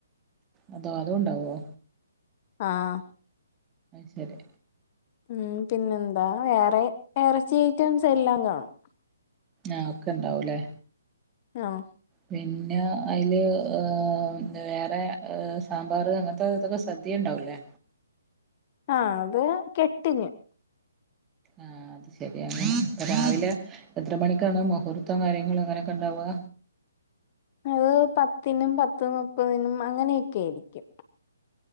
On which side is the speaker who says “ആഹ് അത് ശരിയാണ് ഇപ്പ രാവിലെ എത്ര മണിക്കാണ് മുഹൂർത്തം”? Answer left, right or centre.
Right